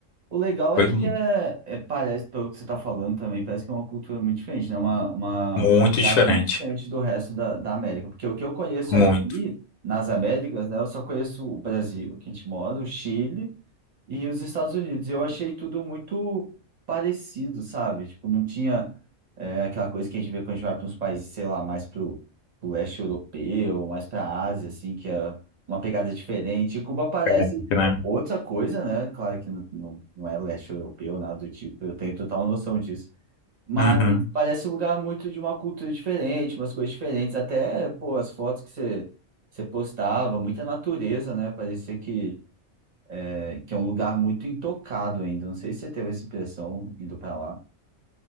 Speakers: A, on the right; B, on the left.
A: O legal
B: Foi
A: é que
B: mu-
A: é, é- parece, pelo que você está falando também, parece que é uma cultura muito diferente, né? Uma, uma,
B: muito
A: uma pegada
B: diferente.
A: muito diferente do resto da, da América. Porque o que eu conheço
B: Muito
A: aqui nas Américas, né? Eu só conheço o Brasil, que a gente mora, o Chile e os Estados Unidos. E Eu achei tudo muito parecido, sabe? Tipo, não tinha é, aquela coisa que a gente vê quando a gente vai para uns países, sei lá, mais pro, pro leste europeu, mais para a Ásia, assim, que é uma pegada diferente. E Cuba parece
B: diferente, né?
A: outra coisa, né? Claro que não, não, não é leste europeu, nada do tipo, eu tenho total noção disso. Mas
B: Uhum.
A: parece um lugar muito de uma cultura diferente, umas coisas diferentes. Até, pô, as fotos que você, você postava, muita natureza, né? Parecia que é, que é um lugar muito intocado ainda. Não sei se você teve essa impressão indo para lá.